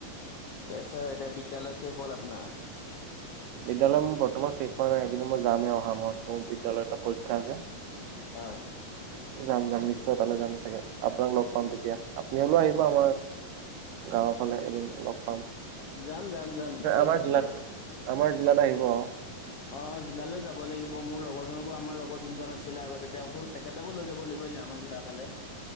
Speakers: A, on the left; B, on the right.
A: ঠিকে আছে এতিয়া বিদ্যালয় শেষ হ'ল আপোনাৰ?
B: বিদ্যালয় মোৰ বৰ্তমান শেষ হোৱা নাই কিন্তু মই যামহে অহা মাহত মোৰ বিদ্যালয়ত এটা পৰীক্ষা যে।
A: হয়।
B: যাম, যাম নিশ্চয় তালৈ যাম চাগে আপোনাক লগ পাম তেতিয়া আপুনি হলেও আহিব। আমাৰ গাঁৱৰ ফালে এদিন লগ পাম।
A: যাম, যাম, যাম নিশ্চয়
B: আমাৰ
A: যাম
B: জিলাত
A: বাৰু।
B: আমাৰ জিলাত আহিব অ।
A: অ জিলালৈ যাব লাগিব মোৰ লগৰজনকো আমাৰ লগত যোনজন আছিলে আগতে তেওঁকো তেখেতকো লৈ যাব লাগিব আমাৰ জিলাৰ ফালে।